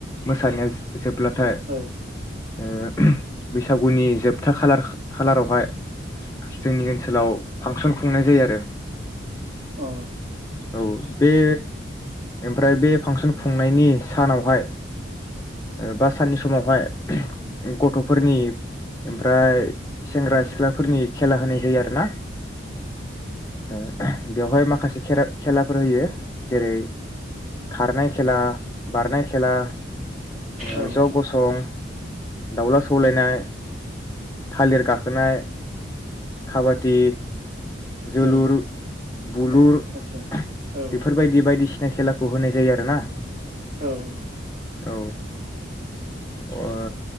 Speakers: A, on the left; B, on the right.
A: मोसानाया जोब्लाथाय
B: औ
A: ओ बैसागुनि जोब था खालार खा खालारावहाय जोंनि ओनसोलाव फांसन खुंनाय जायो आरो <inaudible>
B: औ
A: औ बे ओमफ्राय बे फांसन खुंनायनि सानावहाय ओ बास साननि समावहाय गथ'फोरनि ओमफ्राय सेंग्रा सिख्लाफोरनि खेला होनाय जायो आरो ना ओ बेवहाय माखासे खेरा खेलाफोर होयो जेरै खारनाय खेला, बारनाय खेला, ओ
B: औ
A: ज' गसं दावला सौलायनाय थालिर गाखोनाय, खाबादि जोलुर,
B: औ
A: बुलुर
B: आतसा
A: बेफोरबायदि
B: औ
A: बायदिसिना खेला खौ होनाय जायो आरो ना
B: औ औ
A: औ ओ